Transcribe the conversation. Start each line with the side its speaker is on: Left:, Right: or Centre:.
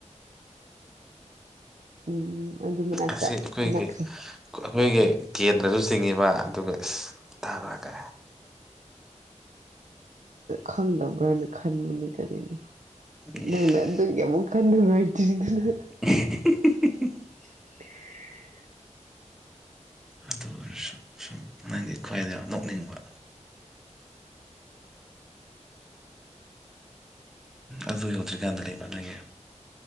Right: ꯎꯝ ꯑꯗꯨ ꯃꯅꯥꯛꯇ
Centre: ꯑꯁꯤ ꯑꯩꯈꯣꯏꯒꯤ
Right: ꯅꯛꯈ꯭ꯔꯦ
Centre: ꯑꯩꯈꯣꯏꯒꯤ ꯀꯦꯟꯇꯁꯨ ꯆꯤꯡꯉꯤꯕ ꯑꯗꯨꯒ ꯇꯥꯕ꯭ꯔꯥꯒ
Right: ꯈꯪꯗꯕ꯭ꯔꯅ ꯈꯟꯕꯅꯤ ꯀꯔꯤꯅꯣ
Centre: ꯏꯁ
Right: ꯅꯪꯅ ꯑꯗꯨꯒꯤ ꯑꯃꯨꯛ ꯋꯥꯈꯥꯜ ꯅꯨꯡꯉꯥꯏꯗꯤꯗꯨꯅ
Centre: <inaudible>
Right: <unintelligible>
Centre: ꯑꯗꯨ ꯑꯣꯏꯔꯁꯨ ꯁꯨꯝ ꯅꯪꯒꯤ ꯈꯨꯍꯥꯢꯗꯣ ꯌꯥꯝ ꯅꯣꯛꯅꯤꯡꯕ ꯑꯗꯨ ꯌꯧꯗ꯭ꯔꯤꯀꯥꯟꯗ ꯂꯩꯕ ꯅꯣꯏꯒꯤ